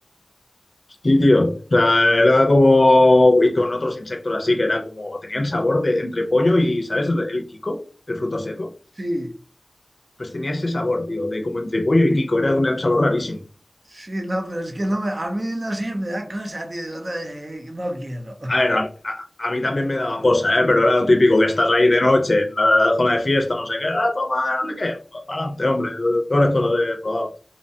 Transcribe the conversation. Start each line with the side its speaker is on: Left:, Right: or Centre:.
Left: Sí, tío. O sea, era como... Y con otros insectos así, que era como... Tenían sabor de entre pollo y, ¿sabes? El, el kiko, el fruto seco.
Right: Sí,
Left: Pues tenía ese sabor, tío, de como entre pollo y kiko. Era un sabor rarísimo.
Right: sí, no, pero es que no me, a mí no sé, me da cosa, tío. Digo, no, eh, no quiero.
Left: A ver, a, a- a mí también me daba cosa, ¿eh? Pero era lo típico, que estás ahí de noche en la zona de fiesta, no sé qué. Ah, toma, no sé qué. Para adelante, hombre. Peores cosas he probado.